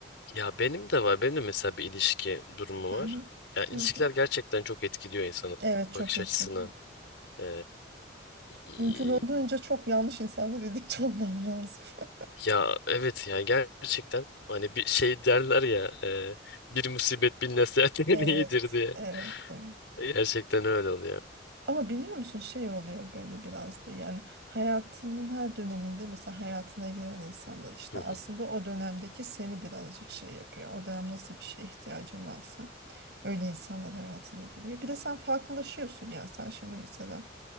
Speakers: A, on the left; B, on the right.
A: Ya benim de var. Benim de mesela bir ilişki durumu
B: Hı
A: var.
B: hı.
A: Ya ilişkiler
B: Hı hı.
A: gerçekten çok etkiliyor insanın
B: Evet çok
A: bakış
B: etkili.
A: açısına. Ee, y-
B: Mümkün olduğunca çok yanlış insanla birlikte olman lazım. <laughs>
A: ya evet ya gerçekten hani bir şey derler ya e, bir musibet bin nasihat <laughs> iyidir
B: Evet,
A: diye.
B: evet, evet.
A: Gerçekten öyle oluyor.
B: Ama biliyor musun şey oluyor böyle biraz da yani hayatının her döneminde mesela hayatına giren insanlar işte
A: Hı hı.
B: aslında o dönemdeki seni birazcık şey yapıyor. O dönem nasıl bir şeye ihtiyacın varsa öyle insanlar hayatına giriyor. Bir de sen farklılaşıyorsun yani sen şimdi mesela